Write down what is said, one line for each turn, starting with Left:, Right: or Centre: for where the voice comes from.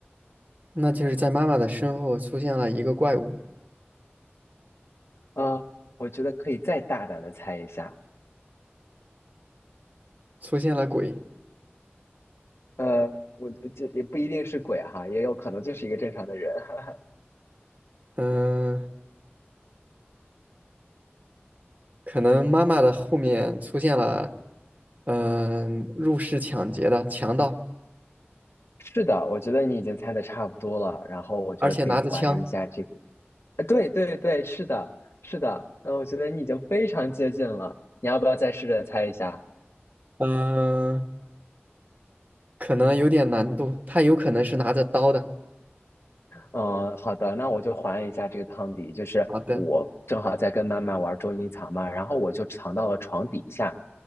Right: 那就是在妈妈的身后出现了一个怪物，
Left: 呃，我觉得可以再大胆的猜一下。
Right: 出现了鬼。
Left: 呃，我这也不一定是鬼哈，也有可能就是一个正常的人。<laughs>
Right: 嗯，可能妈妈的后面出现了。嗯、入室抢劫的强盗，
Left: 是的，我觉得你已经猜的差不多了，然后我觉得可以还原一下这个
Right: 而且拿着枪，
Left: 呃对对对，是的，是的，嗯，我觉得你已经非常接近了，你要不要再试着猜一下？
Right: 嗯、可能有点难度，他有可能是拿着刀的。
Left: 嗯，好的，那我就还一下这个汤底，就是我正好在跟妈妈玩捉迷藏嘛，
Right: 好的，
Left: 然后我就藏到了床底下，